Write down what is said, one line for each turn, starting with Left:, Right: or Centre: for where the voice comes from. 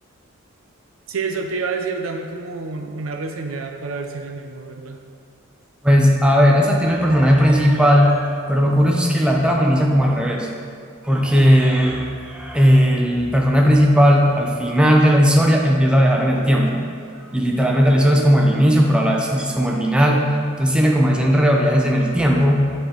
Right: Sí, eso te iba a decir, dame como un- una reseña para ver si me animo a verla.
Centre: Pues a ver, esta tiene el personaje principal, pero lo curioso es que la trama inicia como al revés, porque el personaje principal al final de la historia empieza a viajar en el tiempo y literalmente la historia es como el inicio, pero a la vez es como el final, entonces tiene como ese enredo de viajes en el tiempo,